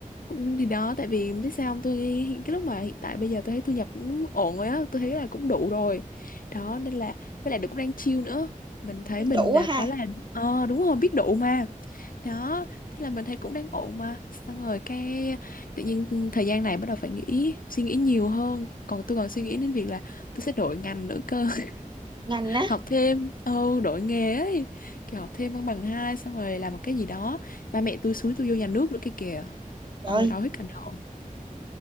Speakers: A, on the left; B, on the right.
A: cũng thì đó tại vì biết sao không tôi hiện- cái lúc mà hiện tại bây giờ tôi thấy thu nhập cũng ổn rồi á tôi thấy là cũng đủ rồi đó nên là với lại được cũng đang chill nữa mình thấy
B: Biết
A: mình
B: đủ quá
A: là
B: ha
A: quá là ờ đúng rồi biết đủ mà đó thế là mình thấy cũng đang ổn mà xong rồi cái tự nhiên thời gian này bắt đầu phải nghĩ suy nghĩ nhiều hơn còn tôi còn suy nghĩ đến việc là tôi sẽ đổi ngành nữa cơ <laughs>
B: Ngành á
A: học thêm ừ đổi nghề ấy kiểu học thêm bằng bằng hai xong rồi làm một cái gì đó ba mẹ tôi xúi tôi vô nhà nước nữa kia kìa
B: Trời
A: ôi đau hết cả đầu